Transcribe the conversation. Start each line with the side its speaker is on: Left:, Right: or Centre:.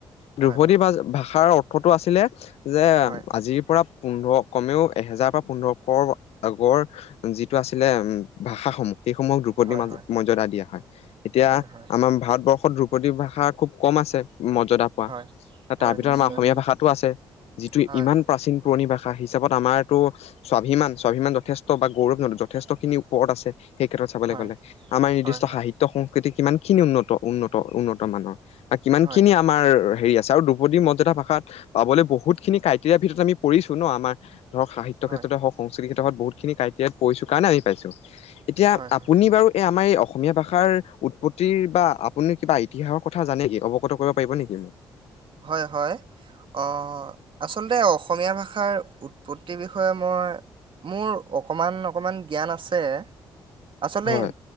Left: দ্ৰুপতি
Right: হয় হয়
Left: ভা-ভাষাৰ অৰ্থটো আছিলে যে,
Right: হয়
Left: আজিৰ পৰা পোন্ধৰ কমেও, এহেজাৰ পৰা পোন্ধৰশ আগৰ যিটো আছিলে উম, ভাষাসমূহ সেইসমূহক দ্ৰু দ্ৰুপতি
Right: হয়
Left: মাজত,
Right: হয়
Left: মৰ্য্যদা দিয়া হয়। এতিয়া
Right: হয় হয়
Left: আমাৰ ভাৰতবৰ্ষত দ্ৰু দ্ৰুপতি ভাষা খুব কম আছে, মৰ্য্যাদা পোৱা,
Right: হয় হয়
Left: তাৰ ভিতৰত
Right: নিশ্চয়
Left: আমাৰ অসমীয়া ভাষাটো আছে। যিটো
Right: হয়
Left: ইমান প্ৰাচীন পুৰণি ভাষা হিচাপত আমাৰতো স্বাভিমান, স্বাভিমান যথেষ্ট বা গৌৰৱ, যথেষ্ট খিনি ওপৰত আছে। সেই ক্ষেত্ৰত চা চাবলে
Right: হয়
Left: গ'লে, আমাৰ নিৰ্দিষ্ট
Right: হয় হয়
Left: সাহিত্য-সংস্কৃতি কিমান খিনি উন্নত, উন্নত, উন্নত মানৰ। কিমান
Right: হয়
Left: খিনি আমাৰ হেৰি আছে, আৰু দ্ৰপদী মৰ্য্যাদা ভাষা ভাষাত পাবলৈ বহুতখিনি ক্ৰাইটেৰিয়াৰ ভিতৰত আমি পৰিছো ন'। আমাৰ ধৰক সাহিত্য
Right: হয়
Left: ক্ষেত্ৰতে হওঁক সংস্কৃতি ক্ষেতৰত বহুত‌ খিনি ক্ৰাইটেৰিয়াত পঢ়িছো কাৰণে আহি পাইছো। এতিয়া
Right: হয় হয়
Left: আপুনি বাৰু এই আমাৰ এই অসমীয়া ভাষাৰ উৎপত্তিৰ বা আপুনি কিবা ইতিহাসৰ কথা জানে কি, অৱগত কৰিব পাৰিব নেকি?
Right: হয়, হয়। অ' আচলতে অসমীয়া ভাষাৰ উৎপত্তিৰ বিষয়ে মই মোৰ অকমান অকমান জ্ঞান আছে। আচলতে
Left: হয়